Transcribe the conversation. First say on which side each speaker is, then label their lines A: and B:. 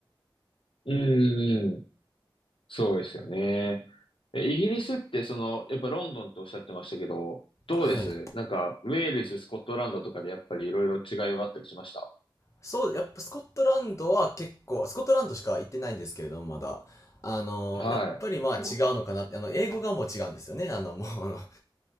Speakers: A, on the left; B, on the left.
A: うんうんうん、そうですよね。え、イギリスってその、やっぱロンドンっておっしゃってましたけど、どうですなんか、
B: はい。
A: ウェールズ、スコットランドとかでやっぱりいろいろ違いはあったりしました
B: そう、やっぱスコットランドは結構、スコットランドしか行ってないんですけれども、まだ。あの、
A: はい。
B: やっぱりまあ違うのかなって、あの、英語がもう違うんですよね。あの、もう、あの、